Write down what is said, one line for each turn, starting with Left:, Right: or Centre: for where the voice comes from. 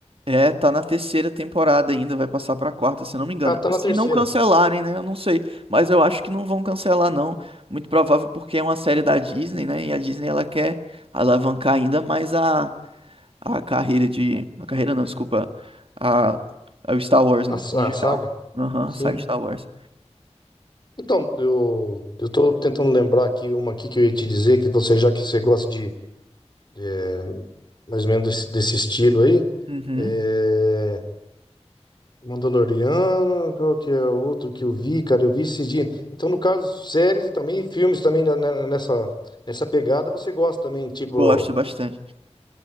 Right: É, tá na terceira temporada ainda, vai passar pra quarta, se não me engano.
Left: Ah, tá
Right: Se
Left: na terceira,
Right: não cancelarem, né? Eu não sei, mas eu acho que não vão cancelar não. Muito provável porque é uma série da Disney, né? E a Disney ela quer alavancar ainda mais a, a carreira de, a carreira não, desculpa, a, a o Star Wars no
Left: a, sa-
Right: em geral.
Left: a saga.
Right: Aham,
Left: Sim.
Right: a saga Star Wars.
Left: Então, eu, eu tô tentando lembrar aqui uma aqui que eu ia te dizer, que você, já que você gosta de, de, é, mais ou menos desse, desse estilo aí.
Right: Uhum,
Left: é, Mandaloriano, qual que é o outro que eu vi, cara? Eu vi esses dias. Então, no caso, séries e também filmes também na- na- nessa, nessa pegada, você gosta também, tipo,
Right: gosto bastante.